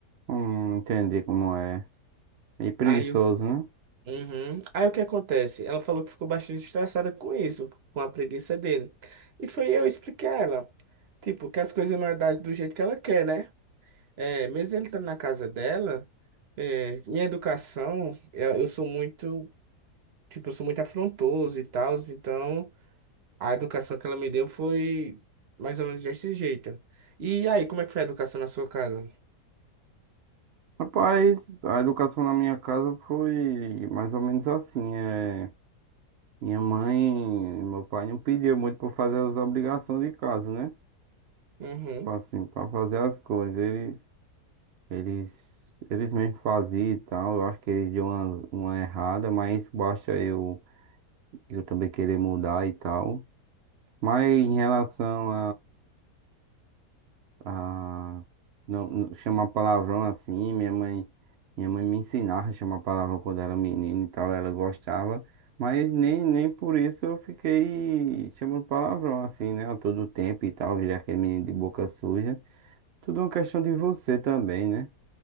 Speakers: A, on the right (about 85°); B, on the right (about 50°).
A: Hum, entendi como é. E preguiçoso,
B: Aí, o-
A: né?
B: Uhum. Aí o que acontece? Ela falou que ficou bastante estressada com isso, com a preguiça dele. E foi eu expliquei a ela. Tipo, que as coisas não é da- do jeito que ela quer, né? É, mesmo ele estando na casa dela, é, minha educação, eu, eu sou muito, tipo, eu sou muito afrontoso e tal, então a educação que ela me deu foi mais ou menos desse jeito. E aí, como é que foi a educação na sua casa?
A: Rapaz, a educação na minha casa foi mais ou menos assim. É... Minha mãe e meu pai não pediam muito para fazer as obrigações de casa, né?
B: Uhum,
A: Tipo Assim, para fazer as coisas. Eles, eles, eles mesmo faziam e tal. Eu acho que eles deu uma, uma errada, mas basta eu, eu também querer mudar e tal. Mas em relação Ah, não, não- chamar palavrão assim, minha mãe, minha mãe me ensinava a chamar palavrão quando era menino e tal, ela gostava, mas nem, nem por isso eu fiquei chamando palavrão assim, né, a todo tempo e tal, virei aquele menino de boca suja. Tudo é uma questão de você também, né?